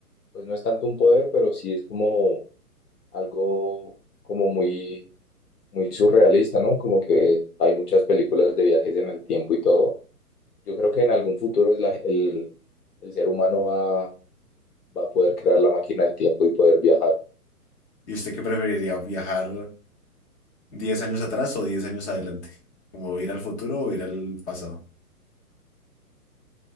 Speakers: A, on the left; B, on the left.
A: Pues no es tanto un poder, pero sí es como algo como muy, muy surrealista, ¿no? Como que hay muchas películas de viajes en el tiempo y todo. Yo creo que en algún futuro es la- el, el ser humano va, va a poder crear la máquina del tiempo y poder viajar.
B: ¿Y usted qué preferiría, viajar 10 años atrás o 10 años adelante? ¿Como ir al futuro o ir al pasado?